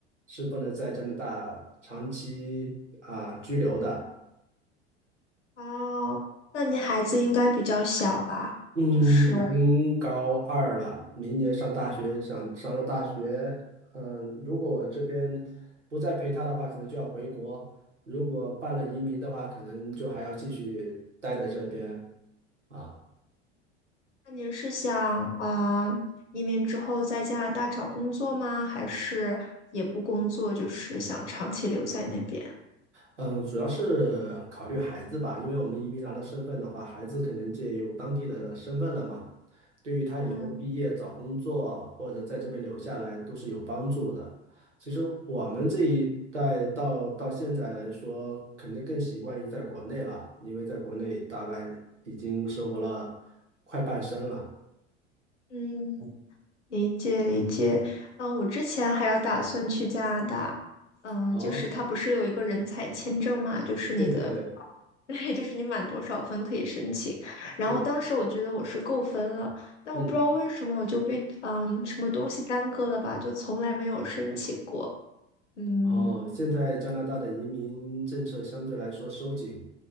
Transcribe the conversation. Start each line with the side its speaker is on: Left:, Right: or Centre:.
Right: 是不能在加拿大长期啊居留的。
Left: 哦，那你孩子应该比较小吧？
Right: 嗯，
Left: 就是。
Right: 已经高二了，明年上大学，想上了大学，嗯，如果我这边不再陪他的话，可能就要回国；如果办了移民的话，可能就还要继续待在这边啊。
Left: 那您是想啊、呃移民之后在加拿大找工作吗？还是也不工作，就是想长期留在那边？
Right: 嗯，主要是考虑孩子吧，因为我们移民拿了身份的话，孩子可能就有当地的身份了嘛，对于他以后毕业找工作或者在这边留下来都是有帮助的。
Left: 嗯
Right: 其实我们这一代到到现在来说，肯定更习惯于在国内了，因为在国内大半已经生活了快半生了。
Left: 嗯，理解理解。嗯，我之前还有打算去加拿大，嗯，
Right: 哦，
Left: 就是它不是有一个人才签证嘛，就是你的，
Right: 对对对，
Left: <laughs> 对就是你满多少分可以申请。然后当时我觉得我是够分了，
Right: 是的，
Left: 但我不知道为什么我就被嗯什么东西耽搁了吧，
Right: 嗯。
Left: 就从来没有申请过。嗯。
Right: 哦，现在加拿大的移民政策相对来说收紧，